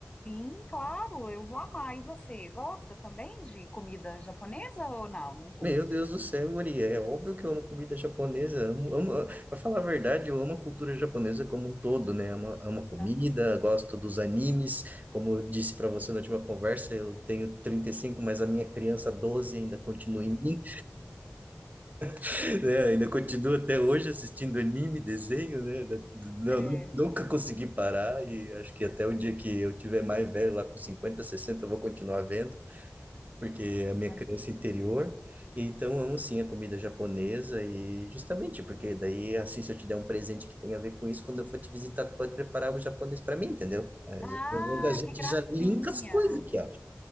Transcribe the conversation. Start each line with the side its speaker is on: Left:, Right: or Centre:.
Left: Sim, claro, eu vou amar. E você, gosta também de comida japonesa ou não? Não curte?
Right: Meu Deus do céu, Uri, é óbvio que eu amo comida japonesa. Amo, amo, ah, pra falar a verdade, eu amo a cultura japonesa como um todo, né? Amo, amo a comida,
Left: Aham,
Right: gosto dos animes. Como eu disse para você na última conversa, eu tenho 35, mas a minha criança 12 ainda continua em mim, <laughs> né? Ainda continua até hoje assistindo anime, desenho, né? Da- Não,
Left: É.
Right: nu- nunca consegui parar e acho que até o dia que eu tiver mais velho, lá com 50, 60, eu vou continuar vendo porque é a minha
Left: aham.
Right: crença interior. Então, amo sim a comida japonesa e justamente porque daí, assim, se eu te der um presente que tenha a ver com isso, quando eu for te visitar, tu pode preparar algo japonês para mim, entendeu? A
Left: Ah,
Right: gente a gente
Left: que gracinha!
Right: já linka as coisas aqui, ó.